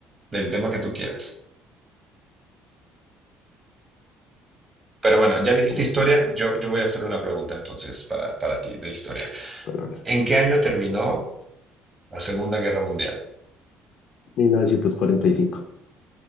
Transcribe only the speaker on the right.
del tema que tú quieras. Pero bueno, ya dijiste
historia, yo, yo voy a hacer una pregunta entonces para, para ti de historia.
¿En qué año terminó? La Segunda Guerra Mundial.